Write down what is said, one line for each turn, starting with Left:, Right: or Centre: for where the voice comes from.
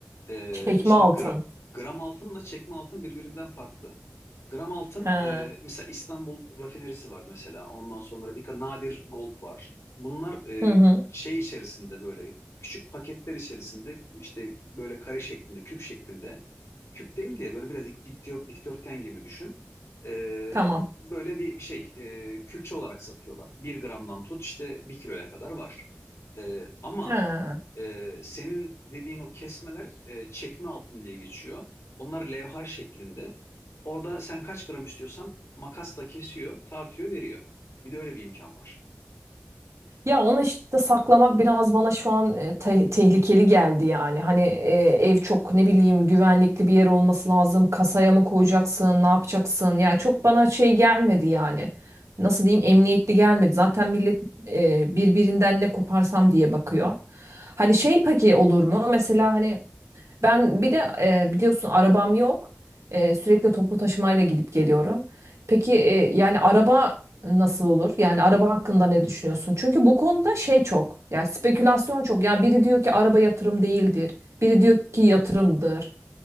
Left: Ee,
Right: Çekme
Left: şimdi
Right: altın.
Left: gra- gram altınla çekme altın birbirinden farklı. Gram altın
Right: He. Hı
Left: e, mesela İstanbul rafinerisi var mesela. Ondan sonra bir ka- nadir gold var. Bunlar e,
Right: hı.
Left: şey içerisinde böyle küçük paketler içerisinde işte böyle kare şeklinde, küp şeklinde. Küp değil diye böyle biraz dik- diktör- dikdörtgen gibi düşün. Ee,
Right: Tamam.
Left: böyle bir şey e, külçe olarak satıyorlar. Bir gramdan tut işte bir kiloya kadar var. Ee, ama
Right: He.
Left: ee, senin dediğin o kesmeler e, çekme altın diye geçiyor. Onlar levha şeklinde. Orada sen kaç gram istiyorsan makasla kesiyor, tartıyor, veriyor. Bir de öyle bir imkan var.
Right: Ya onu işte saklamak biraz bana şu an e, te- tehlikeli geldi yani. Hani e, ev çok ne bileyim güvenlikli bir yer olması lazım. Kasaya mı koyacaksın, ne yapacaksın? Yani çok bana şey gelmedi yani. Nasıl diyeyim emniyetli gelmedi. Zaten millet e, birbirinden ne koparsam diye bakıyor. Hani şey peki olur mu? Mesela hani ben bir de e, biliyorsun arabam yok. E, sürekli toplu taşımayla gidip geliyorum. Peki e, yani araba nasıl olur? Yani araba hakkında ne düşünüyorsun? Çünkü bu konuda şey çok. Yani spekülasyon çok. Yani biri diyor ki araba yatırım değildir. Biri diyor ki yatırımdır.